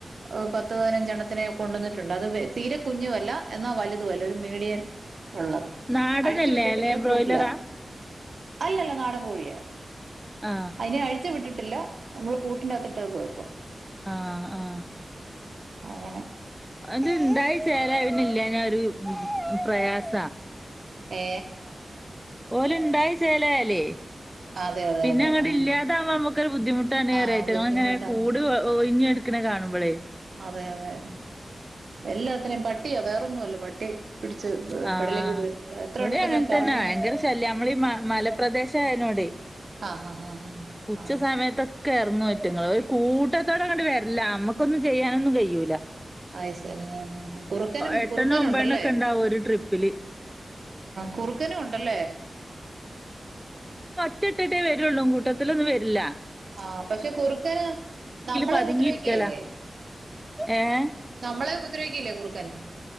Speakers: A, on the right; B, in the centre.
A: ഹ് പത്ത് പതിനഞ്ച് എണ്ണത്തിനെ കൊണ്ടന്നിട്ടുണ്ട് അത് വെൽ തീരെ കുഞ്ഞുവല്ല എന്നാ വലുതും അല്ല ഒരു മീഡിയൻ ഒള്ളത്
B: നാടനല്ലേ
A: അഴിച്ചു വിട്ടിട്ടില്ല
B: അല്ലെ ബ്രോയിലറാ
A: കൂട്ടിലാ അല്ലല്ല നാടൻ കോഴിയാ
B: ആ
A: അയിനെ അഴി ട്ടിട്ടില്ല നമ്മള് കൂട്ടിനകത്തിട്ട് ഇട്ടേക്കുവാ ഇപ്പം
B: ആ ആ
A: അങ്ങനെ
B: അത് ഇണ്ടായി ചേലായ പിന്നെ ഇല്ലാ ഞാ ഒര് പ്രയാസാ
A: ഏ
B: ഓൽ ഇണ്ടായി ചെലയലേ
A: അതെ അതെ
B: പിന്നെ
A: അതെ
B: അങ്ങട്ട്
A: ആ
B: ഇല്ലാതാവുമ്പോ നമ്മക്കൊരു ബുദ്ധിമുട്ടാണ്
A: ആ
B: പറ ഇറ്റങ്ങളെ
A: ബുദ്ധിമുട്ടാണ്
B: ഇങ്ങനെ കൂട് ഒഴിഞ്ഞ് ക ക്ക്‌ണേ കാണുമ്പളേ
A: അതെ അതെ എല്ലാത്തിനേം പട്ടിയാ വേറൊന്നും അല്ല പട്ടി പിടിച്ച്
B: ആ
A: പെടലേക്ക്
B: ആ
A: വീഴുന്നത് എത്ര
B: ഇവടിം
A: എണ്ണത്തിനെ
B: അങ്ങൻതന്നാ
A: പറമ്പീന്ന്
B: ഭയങ്കര ശല്യാ നമ്മൾ ഈ മ മലപ്രദേശ ആയനോടെ
A: ആ ഹാ ഹാ ഹാ
B: ഉച്ച
A: ആ
B: സമയത്തൊ ക്കെ എറങ്ങും ഇറ്റങ്ങൾ ഒര് കൂട്ടത്തോടെ ഇങ്ങട്ട് വേര്ലാ നമ്മക്കൊന്നും ചെയ്യാനൊന്നും കയ്യൂല
A: അയ് ശരി ആ കുറുക്കനും
B: എട്ടെണ്ണം
A: കുറുക്കൻ
B: ഒമ്പതെണ്ണം
A: ഉണ്ടല്ലേ
B: ഒക്കെ ഇണ്ടാവും ഒരു ട്രിപ്പില്
A: കുറുക്കനും ഉണ്ടല്ലേ
B: <unintelligible> ട്ടിട്ടിട്ടെ വെരൊള്ളൂ കൂട്ടത്തിലൊന്നും വെര്ല്ല
A: ആ പക്ഷെ കുറുക്കന് നമ്മളെ
B: പതുങ്ങിയിരിക്കലാ
A: ഉപദ്രവിക്കേലേ
B: ഏഹ്
A: നമ്മളെ ഉപദ്രവിക്കില്ലേ കുറുക്കൻ